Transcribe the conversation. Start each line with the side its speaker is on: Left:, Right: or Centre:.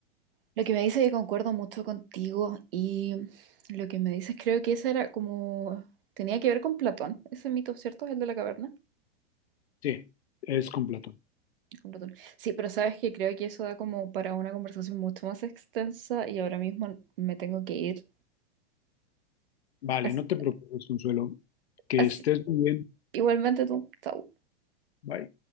Right: Lo que me dices y concuerdo mucho contigo y lo que me dices creo que ese era como... Tenía que ver con Platón, ese mito, ¿cierto? El de la caverna.
Left: Sí, es
Right: Sí.
Left: completo.
Right: con Platón. Sí, pero sabes que creo que eso da como para una conversación mucho más extensa y ahora mismo me tengo que ir.
Left: Vale,
Right: Así,
Left: no te
Right: Sí.
Left: preocupes, Consuelo. Que
Right: así-
Left: estés muy bien.
Right: igualmente tú, chao.
Left: Bye.